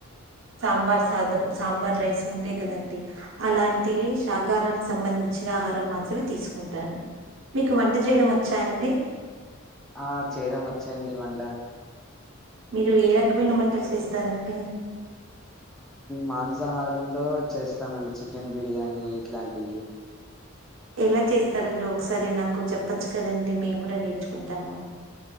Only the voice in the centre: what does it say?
ఆ చేయడం వచ్చిండి వంట
మాంసాహారంలో చేస్తామండి చికెన్ బిర్యానీ ఇట్లాంటివి